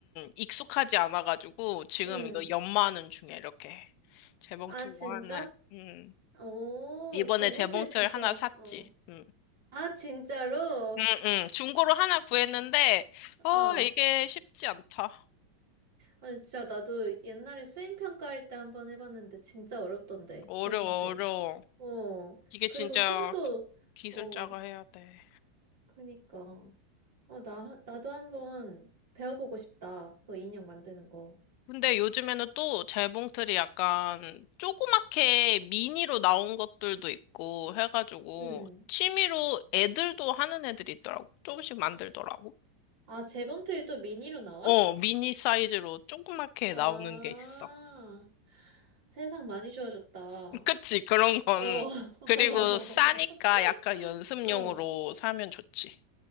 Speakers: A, on the left; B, on the right.
A: 익숙하지 않아가지고 지금
B: 음.
A: 이거 연마하는 중이야 이렇게 재봉틀로
B: 아 진짜?
A: 하는. 음.
B: 오,
A: 이번에
B: 재봉틀
A: 재봉틀
B: 진짜.
A: 하나 샀지.
B: 어.
A: 음.
B: 아 진짜로?
A: 음, 음. 중고로 하나 구했는데 아
B: 어.
A: 이게 쉽지 않다.
B: 아니 진짜 나도 옛날에 수행평가할 때 한번 해봤는데 진짜 어렵던데
A: 어려워
B: 재봉틀.
A: 어려워.
B: 어,
A: 이게
B: 그리고
A: 진짜
B: 손도,
A: 기술자가
B: 어,
A: 해야 돼.
B: 그니까. 어, 나, 나도 한번 배워보고 싶다. 그 인형 만드는 거.
A: 근데 요즘에는 또 재봉틀이 약간 조그맣게 미니로 나온 것들도 있고 해가지고
B: 응.
A: 취미로 애들도 하는 애들이 있더라고. 조금씩 만들더라고.
B: 아, 재봉틀이 또 미니로 나와?
A: 어, 미니 사이즈로 조그맣게
B: 아,
A: 나오는 게 있어.
B: 세상 많이 좋아졌다.
A: <laughs> 그치, 그런 건.
B: 어. <laughs>
A: 그리고 싸니까 약간 연습용으로
B: 어.
A: 사면 좋지.